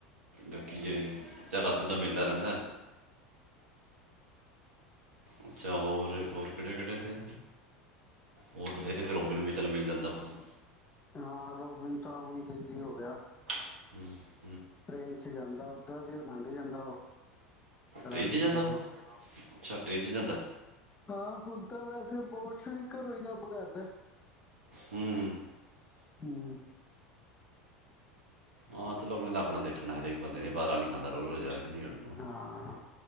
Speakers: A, on the right; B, on the left.
A: ਲਕੀ ਜੇ ਚਲ ਰਾਤੀ ਤਾਂ ਮਿਲਦਾ ਰਹਿੰਦਾ ਐ। ਅੱਛਾ ਹੋਰ, ਹੋਰ ਕਿਹੜੇ-ਕਿਹੜੇ ਇੱਥੇ? ਹੋਰ ਬਥੇਰੇ ਇੱਕ ਰੋਬਿਨ ਵੀ ਚਲ ਮਿਲ ਜਾਂਦਾ ਆਪਾਂ ਨੂੰ
B: ਹਾਂ ਰੋਬਿਨ ਤਾਂ ਹੁਣ ਬਿਜੀ ਹੋ ਗਿਆ।
A: ਹਂ
B: ਟ੍ਰੇਨ ਚ ਜਾਂਦਾ ਉੱਧਰ ਦੀ ਉਹ ਲੰਘ ਜਾਂਦਾ ਉਹ,
A: ਟ੍ਰੇਨ
B: ਰਾਜਪੁਰੇ
A: 'ਚ ਜਾਂਦਾ ਉਹ?
B: ਤੋਂ।
A: ਅੱਛਾ ਟ੍ਰੇਨ ਚ ਜਾਂਦਾ ਏ!
B: ਹਾਂ, ਹੁਣ ਤਾਂ ਵੈਸੇ ਬੋਸ ਨੀਂ ਘਰੋਂ ਹੀ ਕੰਮ ਕਰਦਾ ਐ।
A: ਹਂ।
B: ਹਂ।
A: ਹਾਂ, ਚਲੋ ਪਹਿਲੇ ਆਪਣਾ ਦੇਖਣਾ ਹਰੇਕ ਬੰਦੇ ਨੇ ਵਾਰਾ ਨਹੀਂ ਖਾਂਦਾ ਰੋਜ-ਰੋਜ ਆਯਾ <unintelligible>
B: ਹਾਂ